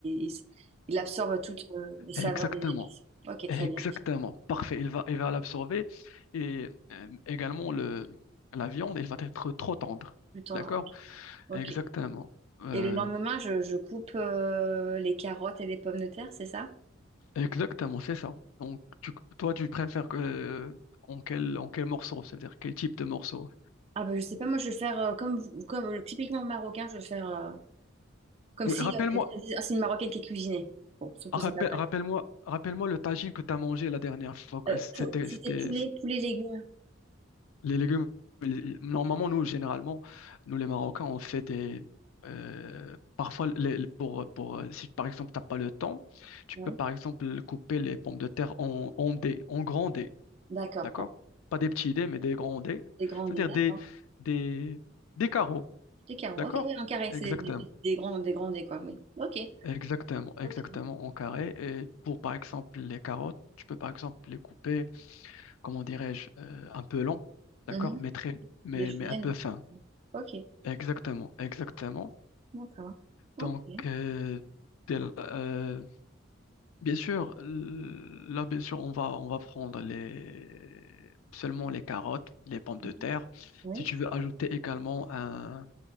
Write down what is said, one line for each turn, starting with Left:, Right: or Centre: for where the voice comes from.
Right: il, s- il absorbe toutes euh, les saveurs
Left: Exactement,
Right: des épices. Ok,
Left: exactement,
Right: très bien. Tout
Left: parfait. Il va, il va l'absorber et euh, également le, la viande, elle va être trop tendre.
Right: le temps
Left: D'accord?
Right: Ok. Ok.
Left: Exactement, Euh,
Right: Et le lendemain, je, je coupe euh, les carottes et les pommes de terre, c'est ça?
Left: exactement, c'est ça. Donc, tu- toi, tu préfères que, euh, en quel, en quel morceau? C'est-à-dire quel type de morceau?
Right: Ah, bah, je sais pas. Moi, je vais le faire euh, comme, vous- comme euh, typiquement marocain. Je vais le faire euh, comme
Left: Oui,
Right: si
Left: rappelle-moi,
Right: euh, les gens disaient, Ah, c'est une marocaine qui est cuisinée. Bon, sauf que
Left: rappelle,
Right: c'est pas vrai.
Left: moi rappelle-moi, rappelle-moi le tagine que tu as mangé la dernière fois.
Right: Euh,
Left: C'était,
Right: pou- C'était
Left: c'était,
Right: poulet,
Left: c'était,
Right: poulet légumes.
Left: Les légumes, ils- normalement, nous, généralement, nous, les Marocains, on fait des... euh, parfois, les- les- pour, pour, euh, si par exemple, tu n'as pas le temps, tu
Right: Ouais.
Left: peux, par exemple, couper les pommes de terre en, en dés, en grands dés,
Right: D'accord.
Left: d'accord?
Right: Oh.
Left: Pas des petits dés, mais des grands dés.
Right: Des grands
Left: C'est-à-dire
Right: dés d'accord.
Left: des, des, des carreaux,
Right: Des carreaux.
Left: d'accord?
Right: Ok, oui, en carré,
Left: Exactement.
Right: c'est des, des, des grands, des grandés, quoi, oui. Ok.
Left: Exactement, exactement,
Right: Ok.
Left: en carré. Et pour, par exemple, les carottes, tu peux, par exemple, les couper, comment dirais-je, euh, un peu long, d'accord?
Right: Mhm.
Left: Mais très, mais,
Right: Des juliennes.
Left: mais un peu fin.
Right: Ok,
Left: Exactement, exactement.
Right: d'accord. Ok.
Left: Donc, euh, dès la- euh, bien sûr, l- là, bien sûr, on va, on va prendre les, seulement les carottes, les pommes
Right: Mhm.
Left: de terre.
Right: Oui.
Left: Si tu veux ajouter également, un,